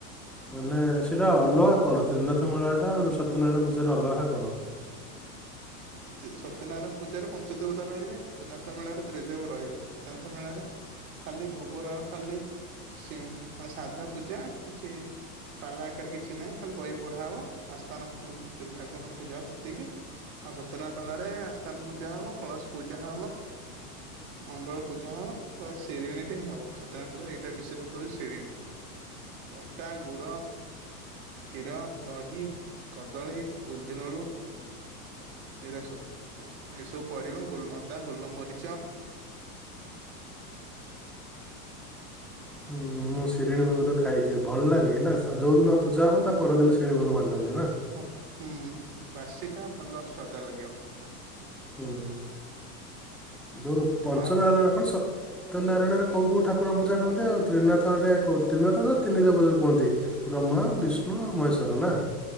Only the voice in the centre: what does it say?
ମାନେ ସେଇଟା ଅଲଗା କଣ ତ୍ରିନାଥ ମେଳାଟା ଆଉ ସତ୍ୟନାରାୟଣ ପୂଜାର ଅଲଗା କଣ?
<inaudible>
ହୁଁ ମୁଁ ଶିରିଣୀ ଭୋଗ ତ ଖାଇଛି ଭଲ ଲାଗେ ନା ଯଉଁଦିନ ପୂଜା ହବ ତା ପରଦିନ ଶିରିଣୀ ଭୋଗ ବାଣ୍ଟନ୍ତି ନା?
ହୁଁ। ଯଉ ପଞ୍ଚନାରାୟାଣ
କଣ ସ ସତ୍ୟନାରାୟଣରେ କଉ କଉ ଠାକୁର ପୂଜା କରନ୍ତି ଆଉ ତ୍ରିନାଥରେ କୋଉ ତ୍ରିନାଥରେ ତିନିଦେବତା କୁହନ୍ତି। ବ୍ରହ୍ମା ବିଷ୍ଣୁ ଆଉ ମହେଶ୍ଵର ନା?